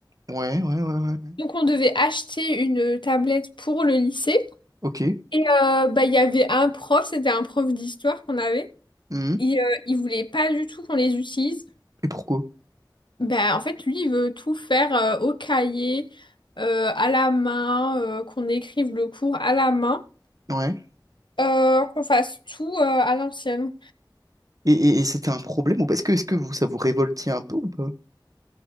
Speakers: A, on the right (about 50°); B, on the left (about 85°).
A: ouais, ouais, ouais, ouais. ouais.
B: Donc, on devait acheter une tablette pour le lycée.
A: Ok.
B: Et euh, bah, il y avait un prof, c'était un prof d'histoire qu'on avait.
A: Mhm.
B: Il, euh, il voulait pas du tout qu'on les utilise.
A: Et pourquoi?
B: Ben, en fait, lui, il veut tout faire euh, au cahier, euh, à la main, euh, qu'on écrive le cours à la main,
A: Ouais.
B: euh, qu'on fasse tout euh, à l'ancienne.
A: Et, et- et c'était un problème ou pas? Est-ce que, est-ce que vous, ça vous révoltait un peu ou pas?